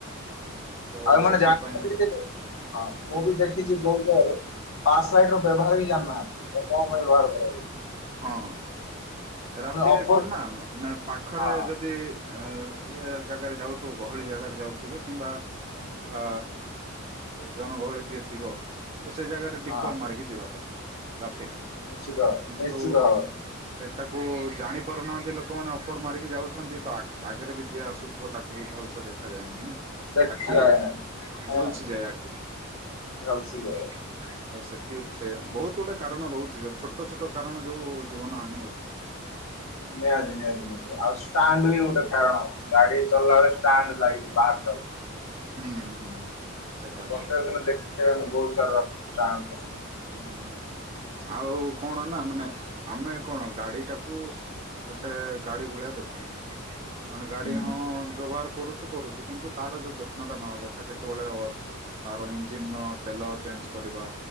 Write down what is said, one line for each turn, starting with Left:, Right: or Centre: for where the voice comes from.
Right: ତ
Left: ଆଉ ମାନେ
Right: ସେଥିପାଇଁ
Left: ଜା <unintelligible> ହଁ ମୁଁ ବି ଦେ ଖିଚି ବୋହୁତ ଜାଗାରେ ପାସାଇଡ୍ ର ବ୍ୟବହାର ବି ଯାଣିନାହାନ୍ତି କଣ ପାଇଁ ବ୍ୟବହାର କରାଯାଏ।
Right: ହଁ ରାତିରେ
Left: ଅପର
Right: କଣ ନା ମାନେ ପାଖରେ
Left: ହଁ
Right: ଯଦି ଅ ଇଏ ଜାଗାରେ ଯାଉଥୁବ ଗହଳି ଜାଗାରେ ଯାଉଥିବେ କିମ୍ବା ଆ ଜନଗହଳି ଟିକେ ଥିବ। କୁ ସେଇ ଜାଗାରେ ଡିପର
Left: ହଁ
Right: ମାରିକି ଯିବା କଥା ରାତିରେ
Left: ନିଶ୍ଚିତ ଭାବେ
Right: କିନ୍ତୁ
Left: ନିଶ୍ଚିତ ଭାବେ
Right: ସେ ତାକୁ ଜାଣି ପାରୁନାହାନ୍ତି ଲୋକମାନେ ଅପର ମାରିକି ଯାଉଛନ୍ତି। ତ ଆ-ଆଗରେ ବି ଯିଏ ଆସୁଥିବ ତାକୁ ବି ଭଲସେ ଦେଖାଯାଏନି ନା।
Left: ଦେଖାଯାଏ
Right: ଆଖି
Left: ନାହିଁ
Right: ଝଲସି
Left: ଆଜ୍ଞା।
Right: ଯାଏ ଆଖି
Left: ଝଲସି
Right: ହୁଁ।
Left: ଯାଏ
Right: ତ ସେଥି ସେ ବହୁତ ଗୋଟେ କାରଣ ରହୁଚି ଯୋଉ ଛୋଟ ଛୋଟ କାରଣ ଯୋଉ ଜୀବନ ହାନି ଘଟୁଛି।
Left: ନିହାତି ନିହାତି ନିହାତି ଆଉ ଷ୍ଟାଣ୍ଡ ବି ଗୋଟେ କାରଣ ଗାଡ଼ି ଚଲାବେଳେ ଷ୍ଟାଣ୍ଡଲାଇଟ୍ ବାହାରି ଯାଉଛି।
Right: ହୁଁ ହୁଁ। ସେଟା ବି
Left: ପ୍ରତ୍ୟେକ
Right: ହୁଁ
Left: ଦିନ ଦେଖାଇବା ବହୁତସାର ଷ୍ଟାଣ୍ଡ।
Right: ହୁଁ। ଆଉ କଣ ନା ମାନେ, ଆମେ କଣ ଗାଡି ଟାକୁ ଗୋଟେ ଗାଡି ଭଳିଆ ଦେଖୁନୁ ମାନେ ଗାଡି
Left: ହୁଁ
Right: ହଁ ବ୍ୟବହାର କରୁଛୁ କରୁଛୁ କିନ୍ତୁ ତାର ଯୋଉ ଯତ୍ନଟା ନବା କଥା, କେତେବେଳେ ଅର୍ ତାର ଇଞ୍ ର ତେଲ ଚେନ୍ କରିବା।